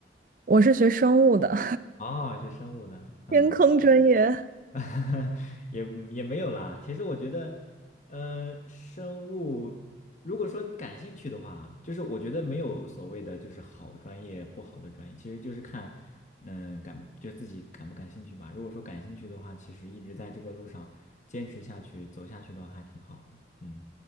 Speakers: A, on the right; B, on the left.
A: 我是学生物的，
B: 哦，学生物的，
A: <laughs>
B: 嗯
A: 天坑专业。
B: <laughs> 也也没有啦。其实我觉得，嗯、生物，如果说你感兴趣的话，就是我觉得没有所谓的就是好专业不好的专业，其实就是看，嗯、感就自己感不感兴趣吧。如果说感兴趣的话，其实一直在这个路上坚持下去、走下去的话，还挺好的。嗯。